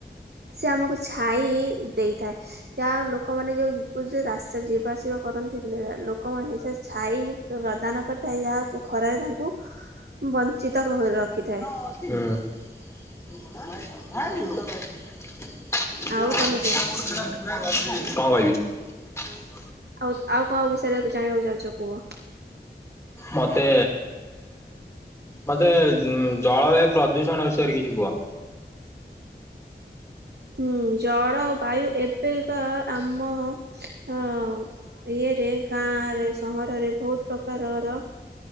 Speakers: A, on the right; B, on the left.
A: ସେ ଆମକୁ ଛାଇ ଦେଇଥାଏ ଯାହା ଲୋକମାନେ ଯୋଉ ଯ ରାସ୍ତା ଯିବା ଆସିବା କରନ୍ତି। ଏ ଲୋକମାନେ ସେ ଛାଇ ପ୍ରଦାନ କରିଥାଏ ଯାହାକୁ ଖରାରେ ତାଙ୍କୁ ବଞ୍ଚିତ ଘରେ ରଖିଥାଏ।
B: ହୁଁ। <unintelligible> କଣ
A: ଆଉ ତମେ କୁହ
B: କହିବି। <unintelligible>
A: ଆଉ ଆଉ କଣ ବିଷୟରେ ଜାଣିବାକୁ ଯାଉଛ କୁହ?
B: ମୋତେ ମତେ ଉ ଜଳବାୟୁ ପ୍ରଦୂଷଣ ବିଷୟରେ କିଛି କୁହ?
A: ହୁଁ ଜଳ ବାୟୁ ଏବେକା ଆମ ଅ ଏ ରେ କା ଗାଁ ରେ ସହରରେ ବହୁତ ପ୍ରକାରର